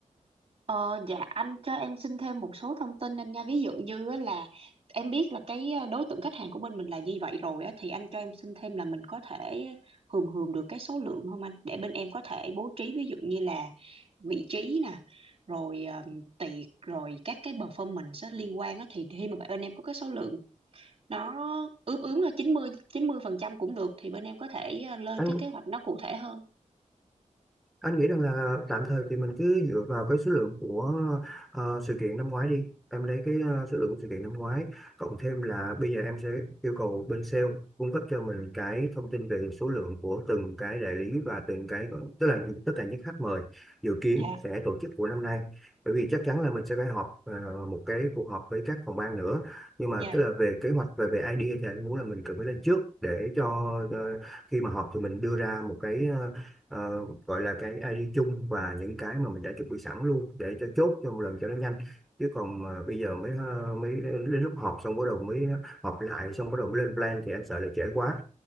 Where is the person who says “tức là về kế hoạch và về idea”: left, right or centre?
Centre